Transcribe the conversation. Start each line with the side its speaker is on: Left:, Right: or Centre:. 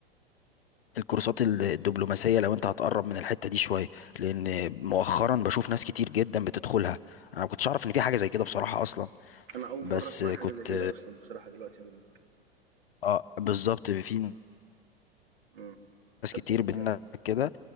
Left: الكورسات ال- الدبلوماسية لو انت هتقرب من الحتة دي شوية لان مؤخرا بشوف ناس كتير جدا بتدخلها انا ما كنتش اعرف ان في حاجة زي كده بصراحة اصلا
Right: أنا أول
Left: بس
Right: مرّة أسمع
Left: كنت
Right: عن حاجة زي كده أصلًا بصراحة دلوقتي منّك،
Left: اه بالظبط في
Right: آه،
Left: ناس
Right: طَب
Left: كتير
Right: دي
Left: بينا
Right: أ
Left: كده